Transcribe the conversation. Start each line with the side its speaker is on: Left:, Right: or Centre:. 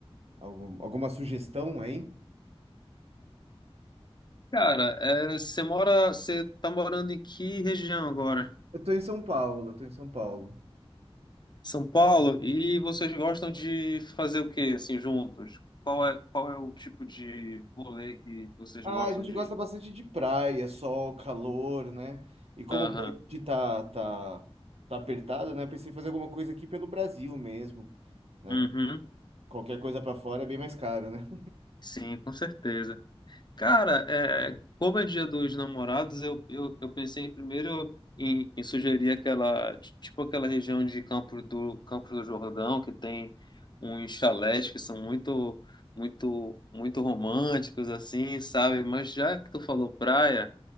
Right: algum- alguma sugestão aí?
Left: Cara, é, você mora, você tá morando em que região agora?
Right: Eu tô em São Paulo, eu tô em São Paulo.
Left: São Paulo? E vocês gostam de fazer o quê, assim, juntos? Qual é, qual é o tipo de rolê que vocês
Right: Ah,
Left: gostam
Right: a gente
Left: de?
Right: gosta bastante de praia, sol, calor, né? E como
Left: Aham.
Right: o budget tá, tá, tá apertado, né? Pensei em fazer alguma coisa aqui pelo Brasil mesmo, né?
Left: Uhum.
Right: Qualquer coisa pra fora é bem mais caro, né?
Left: Sim, com certeza. Cara, é, como é dia dos namorados, eu, eu, eu pensei primeiro em, em sugerir aquela, ti- tipo aquela região de Campo do, Campo do Jordão, que tem uns chalés que são muito, muito, muito românticos, assim, sabe? Mas já que tu falou praia,